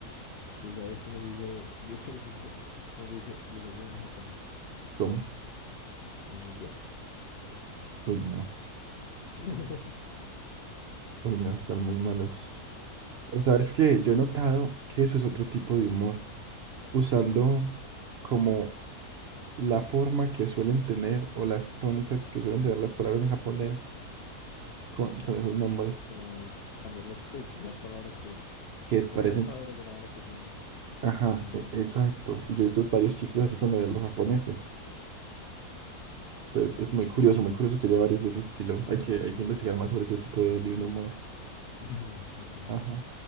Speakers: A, on the left; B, on the right.
A: Sí, ¿Sabes cómo se dice? <laughs> Ese es otro. ¿Cómo se dice desayuno en japonés?
B: ¿Cómo?
A: Changua.
B: Uy, no.
A: <laughs>
B: Uy, no, están muy malos. Pero sabes que yo he notado que eso es otro tipo de humor, usando como la forma que suelen tener o las tónicas que suelen tener las palabras en japonés con, con esos nombres
A: como cambiarlas, pues usar palabras que,
B: que parecen...
A: combinar palabras de manera que suene
B: Ajá,
A: del mismo
B: e-
A: hor-
B: exacto. Y yo he visto varios chistes así con lo de los japoneses. Entonces es muy curioso, muy curioso que haya varios de ese estilo. Hay que, hay que investigar más sobre ese tipo de, de humor.
A: <laughs> de humor. Ok,
B: Ajá,